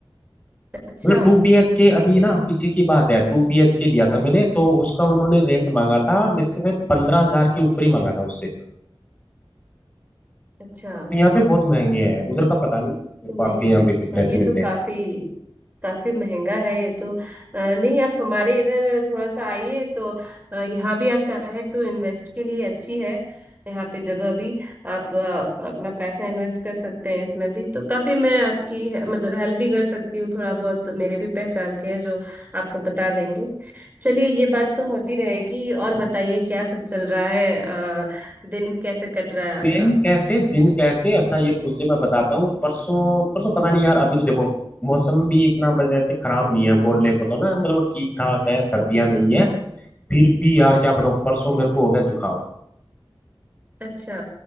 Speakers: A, on the right (about 20°); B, on the left (about 15°).
A: अच्छा
B: मतलब टू बी एच के अभी ना पीछे की बात है टू बी एच के लिया था मैंने तो उसका उन्होंने रेंट मांगा था मेरे से शायद पंद्रह हजार के ऊपर ही मांगा था उससे
A: अच्छा
B: तो यहाँ पे बहुत महंगे हैं उधर का पता नहीं मेरे
A: नहीं
B: को आपके यहाँ पे किस तरह
A: हाँ, ये
B: से मिलते
A: तो
B: हैं
A: काफी काफी महंगा है ये तो अ, नहीं आप हमारे इधर थोड़ा सा आइए तो अ, यहाँ भी आप चाहे तो इन्वेस्ट के लिए अच्छी है यहाँ पे जगह भी आप अ, अपना पैसा इन्वेस्ट कर सकते हैं इसमें भी तो काफी मैं आपकी है- मतलब हेल्प भी कर सकती हूँ थोड़ा बहुत तो मेरे भी पहचान के हैं जो आपको बता देंगे चलिए ये बात तो होती रहेगी और
B: हम्म
A: बताइए क्या सब चल रहा है अ, दिन कैसे कट रहा है आपका
B: दिन कैसे दिन कैसे अच्छा ये पूछ ले मैं बताता हूँ परसों परसों पता नहीं यार अभी तो देखो मौसम भी इतना बस ऐसे खराब नहीं है बोलने को तो ना मतलब ठीक ठाक है सर्दियां नहीं है फिर भी यार क्या बताऊँ परसों मेरे को हो गया जुकाम
A: अच्छा